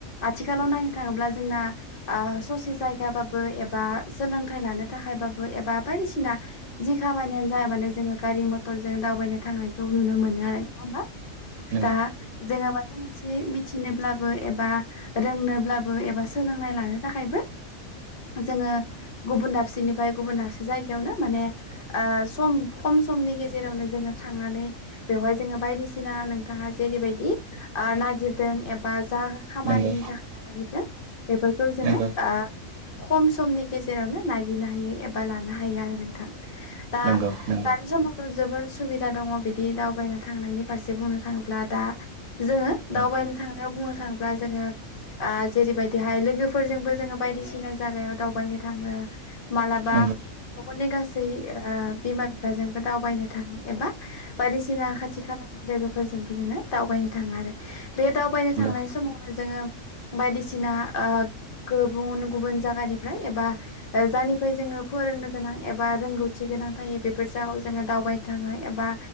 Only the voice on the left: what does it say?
आथिखालाव नायनो थाङोब्ला जोंना ओ ससे जायगाबाबो एबा सोलोंथाइ लानो थाखायबाबो एबा बायदिसिना जि खामानियानो जाया मानो जोङो गारि मथरजों दावबायनो थांनायखौ नुनो मोनो आरो नङा होमबा
दा जोङो माबा मोनसे मिथिनोब्लाबो एबा रोंनोब्लाबो एबा सोलोंनाय लानो थाखायबो जोङो गुबुन दाबसेनिफ्राय गुबुन दाबसे जायगायावनो माने ओ सम खम नि गेजेरावनो जोङो थांनानै बेहाय जोङो बायदिसिना नोंथाङा जेरैबायदि ओ नागिरदों एबा जा खामानिनि
थाखाय नागिरदों बेफोरखौ
जोङो आ खम समनि गेजेरावनो नागिरनो हायो एबा लानो हायो आरो नोंथां दा
दानि समावथ' जोबोर सुबिदा दङ बिदि दावबायनो थांनायनि फारसे बुंनो थाङोब्ला दा जोङो
दावबायनो थांनायाव बुंनो थाङोब्ला जोङो जेरैबायदि बेहाय लोगोफोरजोंबो जोङो बायदिसिना जागायाव दावबायनो थाङो मालाबा
न'खरनि गासै बिमा बिफाजोंबो दावबायनो थाङो एबा बायदिसिना खाथि खाला लोगोफोरजोंबो नोङो दावबायनो थाङो आरो बे दावबायनो थांनाय
समावनो जोङो बायदिसिना <unintelligible> गुबुन गुबुन जागानिफ्राय एबा जायनिफ्राय जोङो फोरोंनो गोनां एबा रोंगौथि गोनां बेफोर जागायाव जोङो दावबायनो थाङो एबा